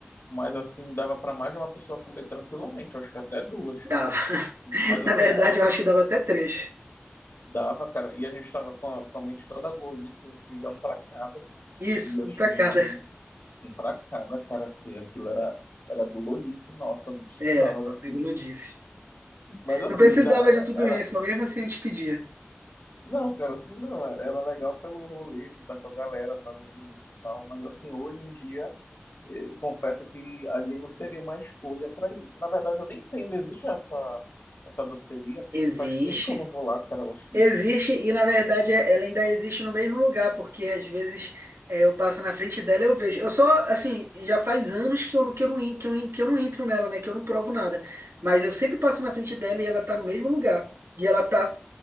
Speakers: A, on the left (about 75°); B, on the right (about 85°).
A: Mas assim, dava pra mais de uma pessoa comer tranquilamente. Eu acho que até duas.
B: dava. <laughs>
A: Mas assim,
B: Na verdade,
A: é, ó,
B: eu acho que dava até três.
A: dava, cara. E a gente tava com a, com a mente toda gordice, a gente pedia um pra cada.
B: Isso,
A: E assim,
B: um pra cada.
A: Um pra cada, cara, que aquilo era, era gulodice, nossa, não precisava
B: Era, como
A: daquilo.
B: eu disse.
A: Mas assim,
B: Não precisava
A: dá-
B: de tudo
A: era.
B: isso, mesmo assim a gente pedia.
A: Não, cara, assim não, era, era legal pelo rolê de estar com a galera fazendo isso e tal. Mas assim, hoje em dia, eh, confesso que ali não seria uma escolha pra ir. Na verdade, eu nem sei, ainda existe essa, essa doceria, porque
B: Existe.
A: faz tempo que eu não vou lá, cara. Eu acho que.
B: Existe, e na verdade é- ela ainda existe no mesmo lugar, porque às vezes é, eu passo na frente dela e eu vejo. Eu só, assim, já faz anos que eu, não- que eu não, en- que eu, en- que eu não entro nela, né? Que eu não provo nada. Mas eu sempre passo na frente dela e ela tá no mesmo lugar. E ela tá